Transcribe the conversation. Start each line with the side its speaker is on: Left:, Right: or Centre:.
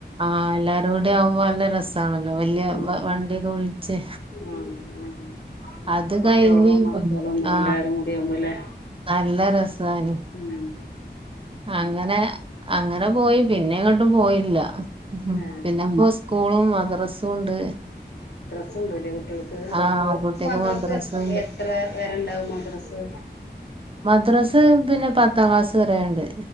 Right: ആ എല്ലാരും കൂടെ ആവുമ്പോ നല്ല രസാണല്ലോ വലിയ
Left: ഉം
Right: വ- വണ്ടിയൊക്കെ വിളിച്ച്
Left: ഉംആ ആ
Right: അത്
Left: കുട്ടികളും
Right: കഴിഞ്ഞ്
Left: മക്കളും
Right: ആ
Left: എല്ലാരും കൂടികുമ്പോലെ
Right: നല്ല രസാണ്
Left: ഉം
Right: അങ്ങനെ അങ്ങനെ പോയി പിന്നെ എങ്ങട്ടും പോയില്ല ഉ
Left: ആഹ്
Right: പിന്നെ പ്പോ സ്കൂളും മദ്രസും ഉണ്ട്
Left: മദ്രസ്സും ഉണ്ട്ല്ലേ കുട്ടികൾക്ക്
Right: ആഹ് കുട്ടിക്ക്
Left: മദ്രസ്സ്
Right: മദ്രസ ഉണ്ട്
Left: എത്ര വേരെണ്ടാവും മദ്രസ്
Right: മദ്രാസ്സ് പിന്നെ പത്താം ക്ലാസ് വരെണ്ട്